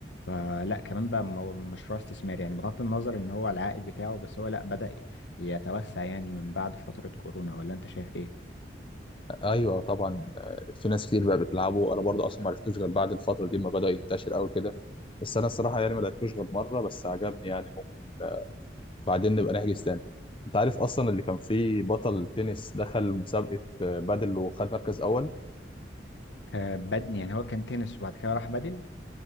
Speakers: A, on the left; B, on the left.
A: فلا كمان بقى مو- مشروع استثماري يعني بغض النظر ان هو العائد بتاعه بس هو لا بدأ يتوسع يعني من بعد فترة كورونا ولا انت شايف ايه؟
B: ايوه طبعا آه، في ناس كتير بقى بتلعبه انا برضه اصلا ما عرفتوش غير بعد الفتره دي ما بدا ينتشر قوي كده بس انا الصراحه يعني ما لعبتوش غير مره بس عجبني يعني ممكن آه، بعدين نبقى نحجز تاني انت عارف اصلا اللي كان فيه بطل تنس دخل مسابقه آه، بادل وخد مركز اول
A: آه بد يعني هو كان تنس وبعد كده راح بدل